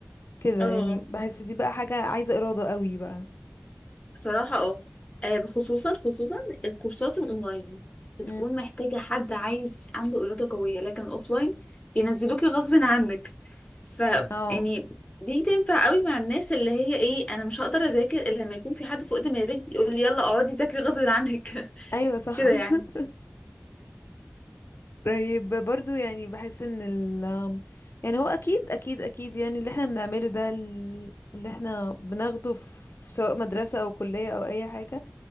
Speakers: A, on the left; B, on the left.
A: كده
B: اه اه
A: يعني بحس دي بقى حاجة عايزة إرادة قوي بقى
B: بصراحة اه آه، خصوصا خصوصا الكورسات الأونلاين بتكون
A: مم.
B: محتاجة حد عايز عنده إرادة قوية لكن أوفلاين بينزلوكي غصب عنك ف
A: اه
B: يعني دي تنفع قوي مع الناس اللي هي ايه انا مش هقدر اذاكر الا لما يكون في حد فوق دماغي يقول لي يلا اقعدي ذاكري غصب عنك <laughs>
A: ايوه صح
B: كده يعني
A: <laughs> طيب برضو يعني بحس ان ال يعني هو اكيد اكيد اكيد يعني اللي احنا بنعمله ده ال- اللي احنا بناخده في سواء مدرسة او كلية او اي حاجة